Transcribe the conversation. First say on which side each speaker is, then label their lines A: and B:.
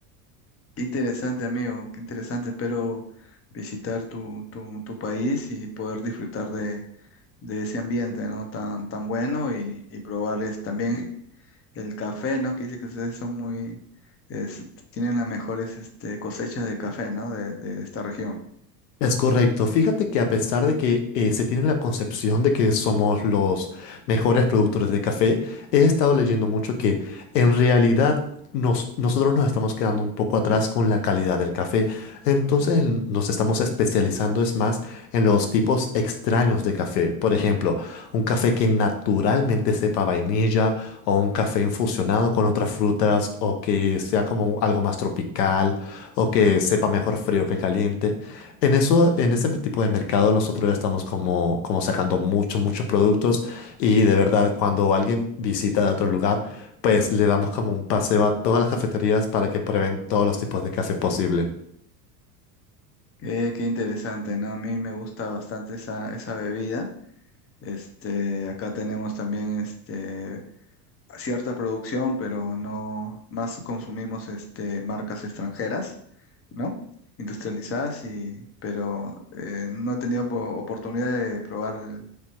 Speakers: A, on the left (about 30°); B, on the left (about 80°).
A: Qué interesante, amigo, qué interesante. Espero visitar tu, tu, tu país y poder disfrutar de, de ese ambiente, ¿no? Tan, tan bueno y, y probarles también <laughs> El café, ¿no? Que dice que ustedes son muy, es- tienen las mejores este, cosechas de café, ¿no? De, de esta región.
B: Es correcto. Fíjate que a pesar de que eh, se tiene la concepción de que somos los mejores productores de café, he estado leyendo mucho que en realidad nos- nosotros nos estamos quedando un poco atrás con la calidad del café. Entonces en- nos estamos especializando es más en los tipos extraños de café. Por ejemplo, un café que naturalmente sepa vainilla vainilla o un café infusionado con otras frutas o que sea como algo más tropical o que sepa mejor frío que caliente. En eso, en ese tipo de mercado nosotros estamos como, como sacando muchos, muchos productos y de verdad cuando alguien visita de otro lugar, pues le damos como un paseo a todas las cafeterías para que prueben todos los tipos de café posible.
A: Qué, qué interesante, ¿no? A mí me gusta bastante esa, esa bebida. Este, acá tenemos también este, cierta producción, pero no más consumimos este, marcas extranjeras, ¿no? Industrializadas, y, pero eh, no he tenido po- oportunidad de probar